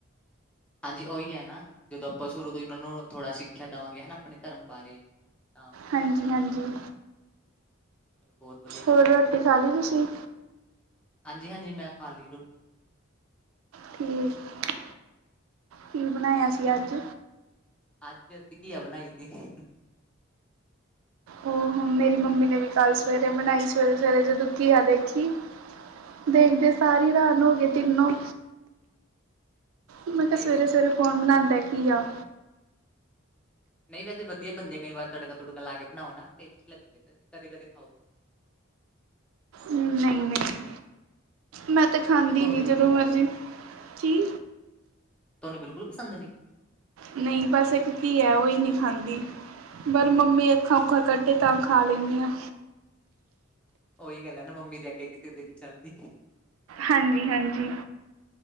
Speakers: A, in the centre; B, on the right.
A: ਹਾਂਜੀ ਓਈ ਹੈ ਨਾ ਜਦੋਂ ਆਪਾਂ ਸ਼ੁਰੂ ਤੋਂ ਹੀ ਓਨਾਂ ਨੂੰ ਥੋੜ੍ਹਾ ਸਿੱਖ ਸਿੱਖਿਆ ਦਵਾਂਗੇ ਹਨਾ, ਅਪਣੇ ਧਰਮ ਬਾਰੇ ਤਾਂ
B: ਹਾਂਜੀ-ਹਾਂਜੀ,
A: ਚਲੋ ਬਹੁਤ ਵਧੀਆ ਗੱਲ
B: ਹੋਰ
A: ਆ
B: ਰੋਟੀ ਖਾ ਲੀ ਤੁਸੀ?
A: ਹਾਂਜੀ-ਹਾਂਜੀ ਮੈਂ ਖਾ ਲੀ ਰੋ
B: ਠੀਕ, ਕੀ ਬਣਾਇਆ ਸੀ ਅੱਜ?
A: ਅੱਜ ਅਸੀਂ ਘੀਆ ਬਨਾਈ ਸੀ।
B: ਓ ਹੋ ਮੇਰੀ ਮੰਮੀ ਨੇ ਵੀ ਕੱਲ ਸਵੇਰੇ ਬਣਾਈ ਸਵੇਰੇ-ਸਵੇਰੇ ਜਦੋਂ ਘੀਆ ਦੇਖੀ। ਦੇਖਦੇ ਸਾਰ ਈ ਰਰਾਨ ਹੋ ਗਏ ਤਿੰਨੋ। ਮੈਂ ਕਿਹਾ
A: ਫਿਰ
B: ਸਵੇਰੇ-ਸਵੇਰੇ ਕੌਣ ਬਣਾਂਦਾ ਐ ਘੀਆ।
A: ਨਹੀਂ ਵੈਸੇ ਵਧੀਆ ਬਣਦੀ ਕਈ ਵਾਰ ਤੜਕਾ- ਤੂੜਕਾ ਲਾ ਕੇ ਬਣਾਓ ਨਾ ਤੇ ਲੱ ਕਦੇ- ਕਦੇ ਖਾਓ।
B: ਨਹੀਂ- ਨਹੀਂ ਮੈਂ ਤੇ ਖਾਂਦੀ
A: ਅੱਛਾ ਤੁਹਾਨੂੰ
B: ਨਹੀਂ
A: ਬਿਲਕੁਲ
B: ਜਦੋਂ ਮਰਜ਼ੀ ਕੀ
A: ਤੁਹਾਨੂੰ ਬਿਲਕੁਲ ਪਸੰਦ ਨੀ?
B: ਨਹੀਂ ਬਸ ਇੱਕ ਘਿਆ ਉਹਹੀ ਨਹੀਂ ਖਾਂਦੀ। ਪਰ ਮੰਮੀ ਅੱਖਾਂ- ਔੱਖਾਂ ਕੱਢਦੇ ਤਾਂ ਖਾ ਲੈਂਦੇ ਆ।
A: ਉਹੀ ਗੱਲ ਹੈ ਨਾ ਮੰਮੀ ਦੇ ਅੱਗੇ ਕਿਸੇ ਦੇ ਨੀ ਚੱਲਦੀ,
B: ਹਾਂਜੀ- ਹਾਂਜੀ।